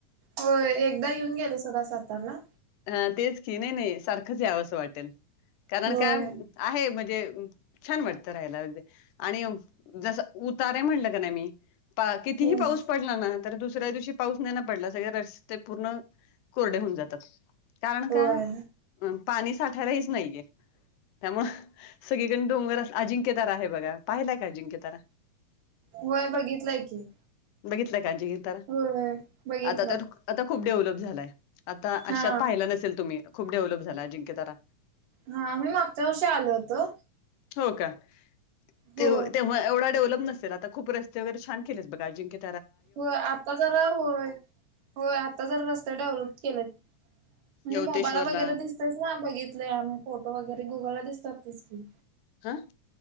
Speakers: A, on the right; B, on the left.
A: हो एकदा येऊन गेले सोडा सातारला
B: ह तेच की नाही, नाही सारखंच यावं असं वाटेल कारण
A: होय
B: काय आहे म्हणजे छान वाटतं राहायला, आणि जस उतारे म्हणलं का नाही मी. कितीही
A: होय
B: पाऊस पडला ना, तर दुसऱ्या दिवशी पाऊस नाही ना पडला सगळे रस्ते पूर्ण कोरडे होऊन जातात, कारण
A: होय
B: का पाणी साठायला हेच नाहीये. त्यामु सगळीकडे डोंगर, अजिंक्य तारा आहे बघा पाहिलाय काय अजिंक्य तारा?
A: होय बघितलंय की
B: बघितलंय अजिंक्यतरार?
A: होय बघितला
B: आताता आता खूप डेव्हलप झालाय. आता
A: हा
B: अशात पाहिला नसेल तुम्ही, खूप डेव्हलप झाला अजिंक्यतारा.
A: हा मी मागच्या वर्षी आलो होतो
B: हो का?
A: हो
B: ते तेव्हा एवढ डेव्हलप नसेल, आता खप रस्ते वैरे छान केलेच बगा अजिंक्य.
A: हो आता जरा होय होय आता जर रस्ते डेव्हलप केलेत म्हणजे
B: यवतेश्वरला
A: मोबाईल वगैरे दिस तेच ना, बघितलं आम्ही फोटो वगैरे गुगलला दिसतात तेच की.
B: आ